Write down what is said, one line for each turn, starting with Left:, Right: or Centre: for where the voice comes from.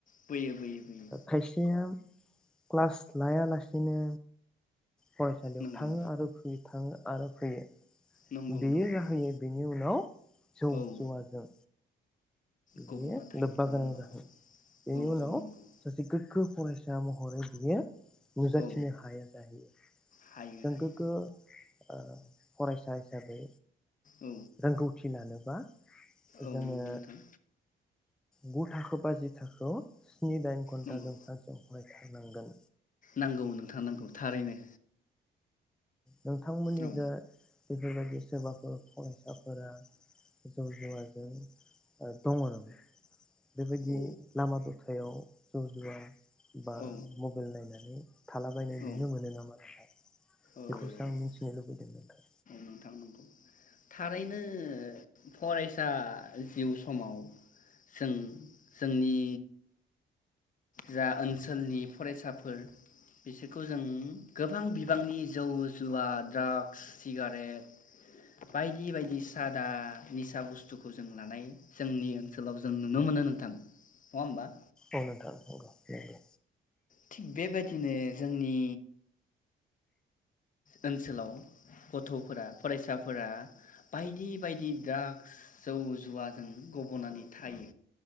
Left: बोयो बोयो बोयो
Centre: खायसेया, क्लास लायालासिनो, फरायसालियाव
Left: नंगौ
Centre: थाङो आरो फैयो, थाङो आरो फैयो,
Left: नंगौ
Centre: बियो
Left: नंगौ
Centre: जाहोयो
Left: नंगौ
Centre: बिनि उनाव, जौ
Left: औ
Centre: जौवाजों
Left: गब'ना
Centre: बेयो
Left: थायो
Centre: लोब्बा
Left: नङा
Centre: गोनां
Left: होमबा
Centre: जाहै बेनि
Left: औ
Centre: उनाव
Left: औ नंगौ
Centre: सासे गोग्गो फरायसा महरै बियो, नुजाथिनो
Left: औ
Centre: हाया जाहैयो
Left: हायो
Centre: जों
Left: हायो
Centre: गोग्गो आ फरायसा हि हिसाबै
Left: औ
Centre: रोंगौथि लानो, बा
Left: औ
Centre: जोङो
Left: नंगौ नोंथां
Centre: गु थाखो बा जि थाखोव स्नि दाइ घन्ट
Left: नंगौ
Centre: जों सानसेव फरायो थानांगोन
Left: नांगौ नोंथां नांगौ थारैनो
Centre: नोंथांमोननि
Left: औ
Centre: जो बेफोर बायदि सोरबाफोर फरायसाफोरा जौ-जुवाजों ओ दङ नामा? बेबायदि
Left: औ
Centre: लामा दथायाव जौ जुवा बा
Left: औ
Centre: मबाइल नायना बे थालाबायनाय नुनो
Left: औ
Centre: मोनो नामा नोंथां?
Left: औ
Centre: बेखौसो आं मिथिनो लुबैदों नोंथां।
Left: नोंथां नंगौ थारैनो फरायसा जिउ समाव जों जोंनि जा ओनसोलनि फरायसाफोर बिसोरखौ जों गोबां बिबांनि जौ जुवा ड्राग्स सिगारेट बायदि-बायदि सादा निसा बुस्थुखौ जों लानाय जोंनि ओनसोलाव जों नुनो मोनो नोंथां नङा होमबा
Centre: औ नोंथां नंगौ नंगौ
Left: थिग बेबायदिनो जोंनि ओनसोलाव गथफोरा फरायसाफोरा बायदि-बायदि द्राग्स जौ जुवाजों गबनानै थायो